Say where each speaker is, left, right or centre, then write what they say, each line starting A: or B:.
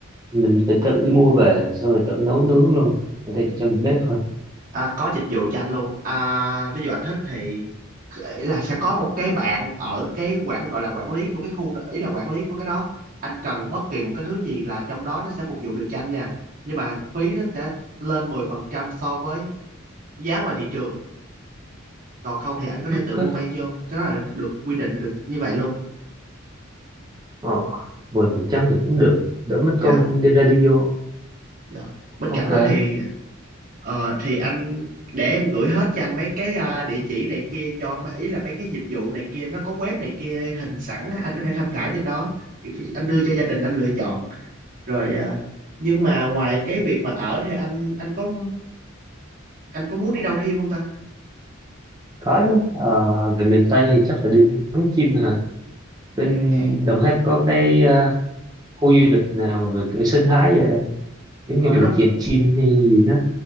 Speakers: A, on the right; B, on the right.
A: mình phải tự đi mua về xong rồi tự nấu nướng luôn người ta chỉ cho mình bếp thôi
B: à, có dịch vụ cho anh luôn à, ví dụ anh thích thì ý là sẽ có một cái bạn ở cái quản gọi là quản lý của cái khu đó ý là quản lý của cái đó anh cần bất kỳ một cái thứ gì là trong đó nó sẽ phục vụ được cho anh nha nhưng mà phí nó sẽ lên 10% so với giá ngoài thị trường còn không thì anh có thể
A: ok
B: tự mua mang vô cái đó là được quy định được như vậy luôn
A: ờ mười phần trăm thì cũng được đỡ mất
B: dạ
A: công đi radio
B: Dạ. Bên
A: ok
B: cạnh đó thì ờ, thì anh để em gửi hết cho anh mấy cái à, địa chỉ này kia cho mấy- ý là mấy cái dịch vụ này kia nó có web này kia hình sẵn á, anh có thể tham khảo trên đó. Anh đưa cho gia đình anh lựa chọn rồi à, nhưng mà ngoài cái việc mà ở thì anh anh có anh có muốn đi đâu thêm không ta?
A: có chứ ờ, về miền Tây thì chắc phải đi ngắm chim hả bên
B: À,
A: Đồng Tháp có cái ờ, khu du lịch nào về cái sinh thái vậy không giống
B: ờ,
A: như rừng
B: rất
A: chèm chim hay gì đó